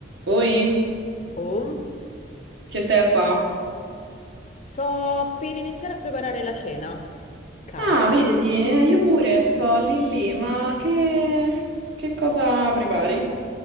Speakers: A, on the right (about 65°); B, on the left (about 35°).
A: Oi,
B: Oh,
A: che stai a fa?
B: sto per iniziare a preparare la cena, cara.
A: Ah, vedi, eh, io pure sto lì lì, ma che, che cosa prepari?